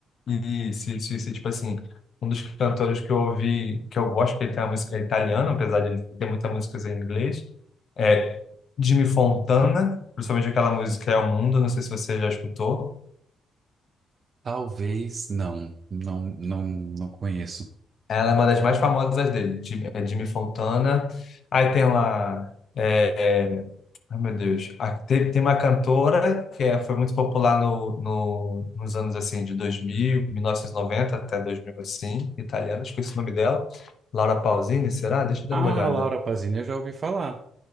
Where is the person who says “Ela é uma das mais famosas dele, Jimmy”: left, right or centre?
Left